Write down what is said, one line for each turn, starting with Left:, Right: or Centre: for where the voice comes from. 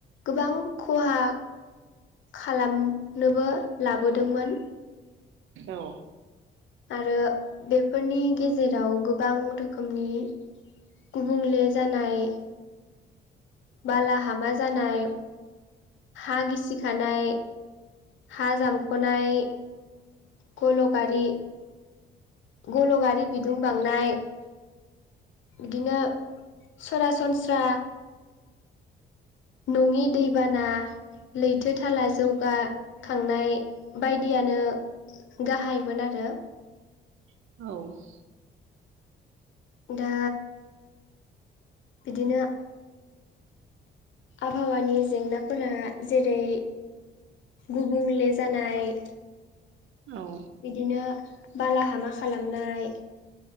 Left: गोबां खहा खालामनोबो लाबोदोंमोन।
Right: औ
Left: आरो बेफोरनि गेजेराव गोबां रोखोमनि गुबुंले जानाय बालाहामा जानाय हा गिसिखानाय हा जामख'नाय गल' गारि गल' गारि बिदुं बांनाय बिदिनो सरासनस्रा नङि दैबाना लैथो थाला जौगा खांनाय बायदियानो गाहायमोन आरो।
Right: औ
Left: दा बिदिनो आबहावानि जेंनाफोरा जेरै गुबुंले जानाय
Right: औ
Left: बिदिनो बालाहामा खालामनाय